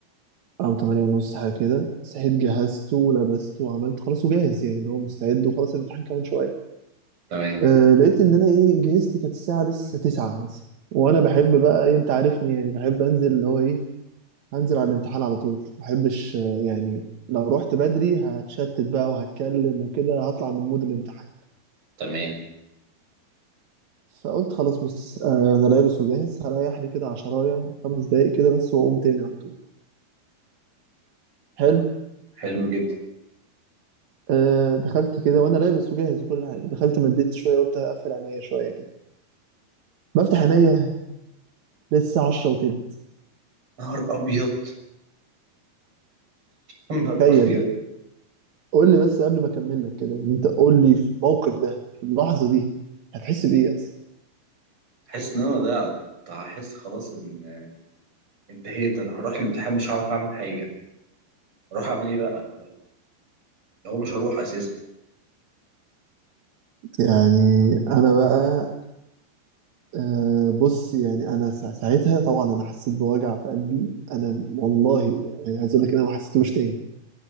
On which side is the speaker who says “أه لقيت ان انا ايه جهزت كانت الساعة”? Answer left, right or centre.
Right